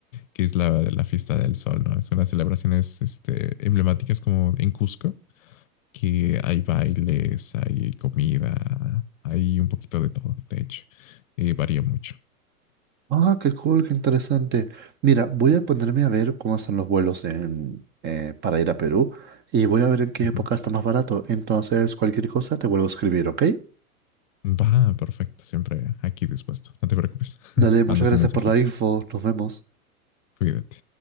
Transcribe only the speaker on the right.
Ah, qué cool, qué interesante. Mira, voy a ponerme a ver cómo están los vuelos en, eh, para ir a Perú y voy a ver en qué
época está más barato. Entonces, cualquier cosa te vuelvo a escribir, ¿ok?
Dale, muchas
gracias
por la info. Nos vemos.